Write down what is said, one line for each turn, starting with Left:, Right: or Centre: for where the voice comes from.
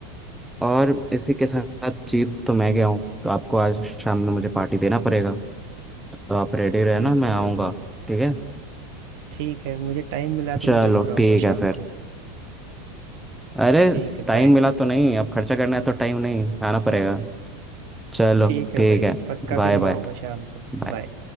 Centre: और इसी के साथ जीत तो मैं गया हूँ तो आपको आज शाम में मुझे पार्टी देना पड़ेगा तो आप रेडी रहना
Right: ठीक
Centre: मैं
Right: है
Centre: आऊँगा
Right: भाई
Centre: ठीक है
Right: ठीक है मुझे टाइम मिला
Centre: चलो
Right: तो मैं जरूर आऊंगा
Centre: ठीक है
Right: शाम
Centre: फिर
Right: को
Centre: अरे
Right: ठीक है
Centre: टाइम
Right: बाय
Centre: मिला तो नहीं अब खर्चा करना है तो टाइम नहीं आना पड़ेगा चलो
Right: ठीक है
Centre: ठीक
Right: भाई
Centre: है
Right: पक्का
Centre: Bye
Right: फिर मैं
Centre: bye
Right: आऊंगा शाम को
Centre: बाय।
Right: बाय